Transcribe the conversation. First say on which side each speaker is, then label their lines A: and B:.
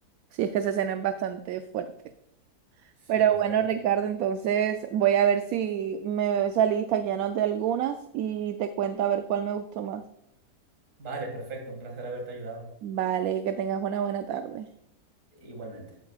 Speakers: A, on the right (about 70°); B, on the right (about 55°).
A: Sí, es que esa escena es bastante fuerte.
B: Sí,
A: Pero
B: es
A: bueno,
B: fuerte.
A: Ricardo, entonces voy a ver si me veo esa lista, que ya anoté algunas y te cuento a ver cuál me gustó más.
B: Vale, perfecto, un placer haberte ayudado.
A: Vale, que tengas una buena tarde.
B: Igualmente.